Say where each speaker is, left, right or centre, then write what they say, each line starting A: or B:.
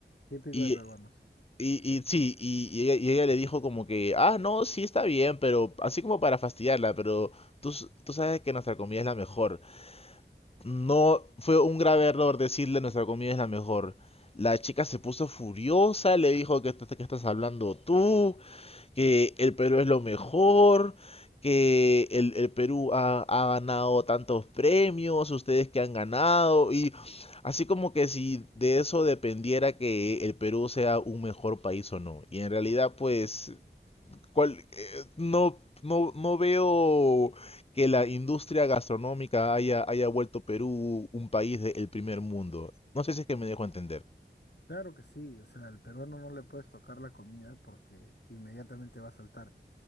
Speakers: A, on the left; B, on the left.
A: típico
B: Y,
A: de peruanos.
B: y, y sí, y, y ella, y ella le dijo como que, ah, no, sí está bien, pero así como para fastidiarla, pero tú, s- tú sabes que nuestra comida es la mejor. No, fue un grave error decirle nuestra comida es la mejor. La chica se puso furiosa, le dijo que, estás- que estás hablando tú que el Perú es lo mejor, que el, el Perú ha, ha ganado tantos premios, ustedes que han ganado, y así como que si de eso dependiera que el Perú sea un mejor país o no. Y en realidad, pues, cual- eh, no, no, no veo que la industria gastronómica haya, haya vuelto Perú un país del primer mundo. No sé si es que me dejo entender.
A: Claro que sí, o sea, al peruano no le puedes tocar la comida porque inmediatamente va a saltar.